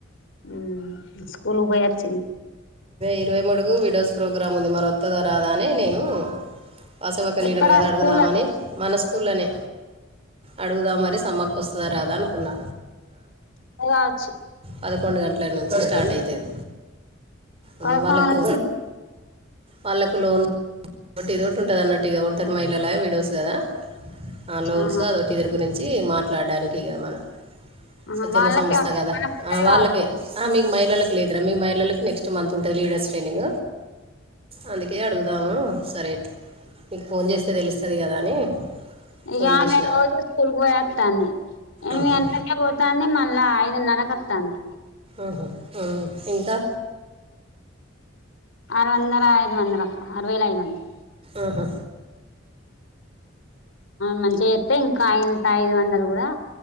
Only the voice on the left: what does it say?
మ్ ఇస్కూల్ కి పోయొచ్చింది
ఎక్కడ
స్కూల్
కావచ్చు
పదకొండు
ఆహా
ఆహా
వాళ్ళకే
ఉంటది
మనకు ఉండదు
కావచ్చు
ఇక
మే రోజు స్కూల్కి పోయేస్తాన్ని ఎనిమిది
గంటల అ పోతాంది మళ్ళా ఐదున్నరకొత్తాంది
ఆరు వందల ఐదు వందల అప్ప అరవేల ఐదు వందలు
మంచిగా చేస్తా ఇంకా అయింత ఐదు వందలు కూడా